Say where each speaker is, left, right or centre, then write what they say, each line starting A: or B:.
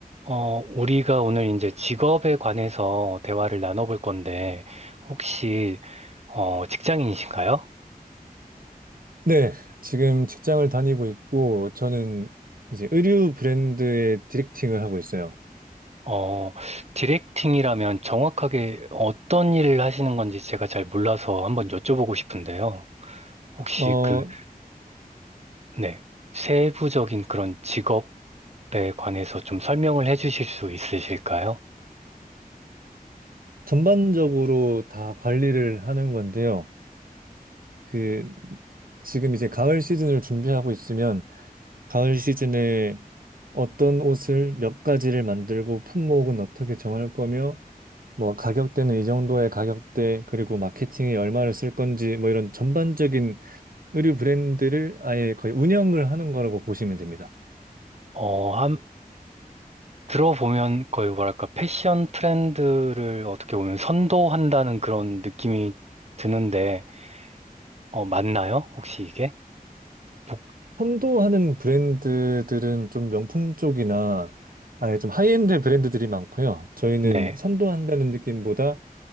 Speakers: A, on the right; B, on the right.
A: 어, 우리가 오늘 이제 직업에 관해서 대화를 나눠볼 건데, 혹시, 어, 직장인이신가요?
B: 네, 지금 직장을 다니고 있고, 저는 이제 의류 브랜드의 디렉팅을 하고 있어요.
A: 어, 디렉팅이라면 정확하게 어떤 일을 하시는 건지 제가 잘 몰라서 한번 여쭤보고 싶은데요. 혹시
B: 어,
A: 그, 네, 세부적인 그런 직업에 관해서 좀 설명을 해주실 수 있으실까요?
B: 전반적으로 다 관리를 하는 건데요. 그, 지금 이제 가을 시즌을 준비하고 있으면, 가을 시즌에 어떤 옷을 몇 가지를 만들고, 품목은 어떻게 정할 거며, 뭐, 가격대는 이 정도의 가격대, 그리고 마케팅에 얼마를 쓸 건지, 뭐 이런 전반적인 의류 브랜드를 아예 거의 운영을 하는 거라고 보시면 됩니다.
A: 어, 한, 들어보면 거의 뭐랄까, 패션 트렌드를 어떻게 보면 선도한다는 그런 느낌이 드는데, 어, 맞나요? 혹시 이게? 북,
B: 선도하는 브랜드들은 좀 명품 쪽이나 아예 좀 하이엔드 브랜드들이 많고요. 저희는
A: 네.
B: 선도한다는 느낌보다